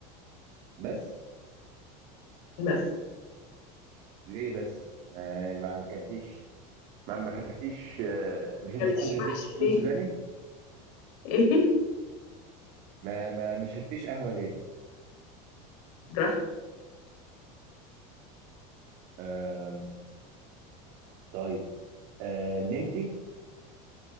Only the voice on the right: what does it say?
بس
ليه بس ما ما اكلتيش ما ما اكلتيش آه، مش انت
بتحب الزبز
الفول
السوداني
ما ما ما شربتيش قهوة ليه؟
أم... طيب أه... نمتي؟